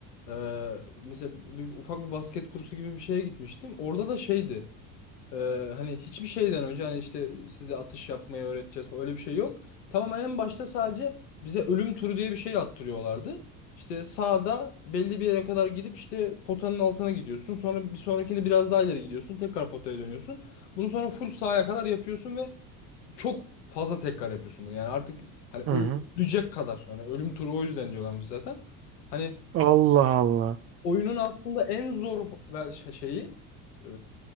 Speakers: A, on the left; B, on the right.
A: Ee, mesela bir, ufak bir basket kursu gibi bir şeye gitmiştim. Orada da şeydi. Ee, hani hiçbir şeyden önce hani işte size atış yapmayı öğreteceğiz falan öyle bir şey yok. Tamamen en başta sadece bize ölüm turu diye bir şey attırıyorlardı. İşte sağda belli bir yere kadar gidip işte potanın altına gidiyorsun. Sonra bir sonrakinde biraz daha ileri gidiyorsun. Tekrar potaya dönüyorsun. Bunu sonra full sağa kadar yapıyorsun ve çok fazla tekrar yapıyorsun bunu. Yani artık hani öl-
B: Hı hı.
A: ölecek kadar. Hani ölüm turu o yüzden diyorlarmış zaten. Hani
B: Allah Allah.
A: oyunun aslında en zor ver- şey, şeyi e,